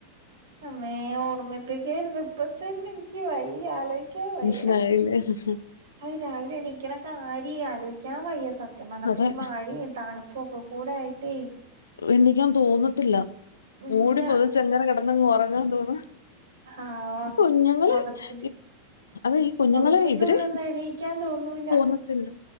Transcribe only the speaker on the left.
<unintelligible>
അതെ
എണീക്കാൻ തോന്നത്തില്ല
മൂടി പൊതച്ചങ്ങനെ കെടന്നങ്ങ് ഒറങ്ങാൻ തോന്ന
കുഞ്ഞുങ്ങള്
ഇ അത ഈ കുഞ്ഞുങ്ങള്
ഇവര്
തോന്നും